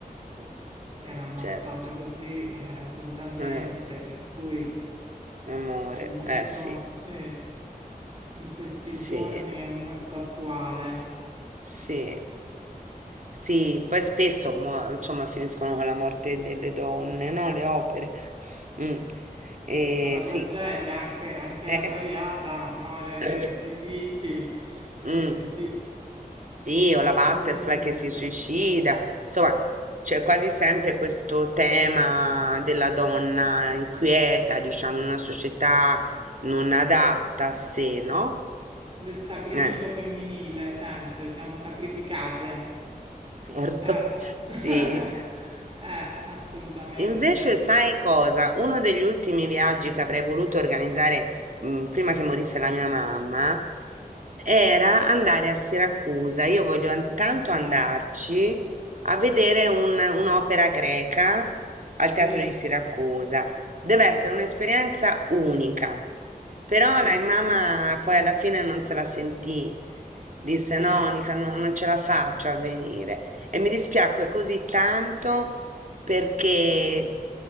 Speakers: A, on the right (about 55°); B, on the right (about 35°).
A: eh,
B: viene ammazzata
A: certo,
B: così eh, brutalmente,
A: eh,
B: per cui
A: amore,
B: è molto,
A: eh sì,
B: sì, in questi
A: sì.
B: giorni è molto attuale.
A: Sì, sì, poi spesso muo- insomma, finiscono con la morte delle donne, no? Le opere. Mm. Eh,
B: Sì, è una
A: sì.
B: tragedia, anche, anche
A: Eh,
B: la Traviata muore
A: eh,
B: di tisi,
A: mm.
B: quindi sì,
A: Sì, o la
B: assolutamente.
A: butterfly che si suicida, insomma, c'è quasi sempre questo tema della donna inquieta, diciamo, in una società non adatta a sé, no?
B: Del sacrificio
A: Eh,
B: femminile, sempre, siamo sacrificate.
A: certo,
B: Eh,
A: <laughs>
B: <laughs>
A: sì.
B: eh, assolutamente.
A: Invece, sai cosa? Uno degli ultimi viaggi che avrei voluto organizzare, mm, prima che morisse la mia mamma era andare a Siracusa. Io voglio an- tanto andarci
B: Eh,
A: a vedere un- un'opera greca al
B: sì,
A: Teatro di Siracusa. Deve essere un'esperienza unica. Però
B: sì,
A: la mamma poi alla fine non se la sentì. Disse:
B: sì.
A: No, Nica, non non ce la faccio a venire. E mi dispiacque così tanto perché